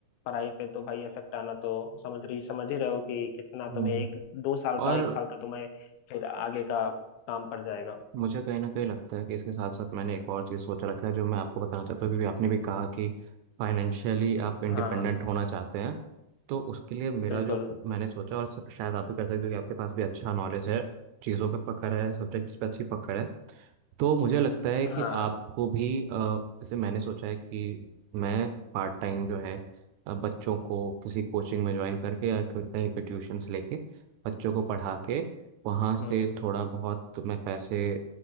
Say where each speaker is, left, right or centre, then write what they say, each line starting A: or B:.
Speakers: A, on the left (about 85°); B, on the right (about 80°).
A: पढ़ाई पे तो भाई इफेक्ट आना तो समझ रही समझ ही रहे हो कि कितना
B: हम्म
A: तुम्हें एक दो साल का
B: और
A: एक साल का तुम्हें फिर आगे का काम पड़ जाएगा
B: मुझे कहीं ना कहीं लगता है कि इसके साथ साथ मैंने एक और चीज़ सोच रखा है जो मैं आपको बताना चाहता हूँ क्योंकि आपने भी कहा कि फाइनेंशियली आप इंडिपेंडेंट
A: हाँ
B: होना चाहते हैं तो उसके लिए मेरा
A: बिल्कुल
B: जो मैंने सोचा और शायद आप भी कर सकते हो कि आपके पास भी अच्छा नॉलेज है चीज़ों पे पकड़ है सब्जेक्ट्स पे अच्छी पकड़ है तो मुझे लगता है कि
A: हाँ
B: आपको भी अ, जैसे मैंने सोचा है कि मैं पार्ट टाइम जो है अ, बच्चों को किसी कोचिंग में ज्वाइन करके या कोई- कहीं पे ट्यूशन्स लेके बच्चों को पढ़ा के वहाँ
A: हम्म
B: से थोड़ा बहुत तो मैं पैसे